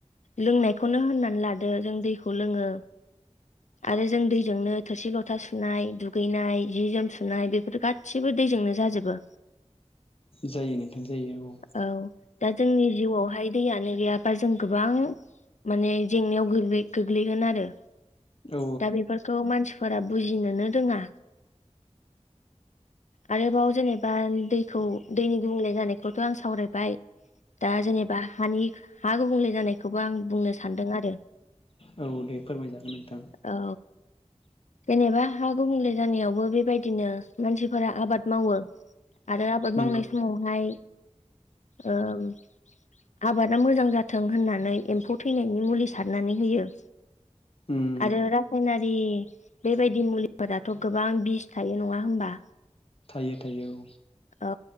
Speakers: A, on the left; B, on the left.
A: लोंनायखौनो होननानै लादो जों दैखौ लोङो। आरो जों दैजोंनो थोरसि लथा सुनाय दुगैनाय जि जोम सुनाय बेफोर गासिबो दैजोंनो जाजोबो।
B: जायो नोंथां जायो औ।
A: औ दा जोंनि जिउआवहाय दैयानो गैयाबा जों गोबां माने जेंनायाव गोग्लै गोग्लैगोन आरो
B: औ
A: दा बेफोरखौ मानसिफोराबो बुजिनोनो रोङा। आरोबाव जेनेबा दैखौ दैनि गुबुंले जानायखौ थ आं सावरायबाय दा जेनेबा हानि हा गुबुंले जानाय बे खौबो आं बुंनो सानदों आरो।
B: औ औ दे फोरमायजागोन नोंथां
A: औ जेनेबा हा गुबुंले जानायावबो बेबायदिनो मानसिफोरा आबाद मावो। आरो आबाद मावनाय
B: नंगौ
A: समावहाय ओम आबादा मोजां जाथों होननानै एम्फौ थैनायनि मुलि सारनानै होयो।
B: उम
A: आरो रासायनारि दि बेबायदि मुलिफोराथ' गोबां बिस थायो नङा होमबा?
B: थायो थायो औ।
A: औ